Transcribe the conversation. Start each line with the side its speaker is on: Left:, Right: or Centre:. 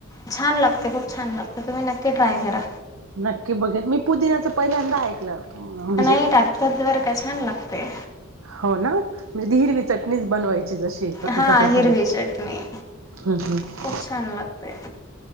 Left: छान लागते, खूप छान लागते तुम्ही नक्की ट्राय करा.
Right: नक्की बघेन, मी पुदिनाचं पहिल्यांदा ऐकलं. म्हणजे
Left: नाही, टाकतात बर का! छान लागतय.
Right: हो ना, म्हणजे हिरवी चटणीच बनवायची, जशी
Left: हा
Right: एका प्रकारे.
Left: हिरवी चटणी
Right: हम्म हम्म
Left: खूप छान लागतेय.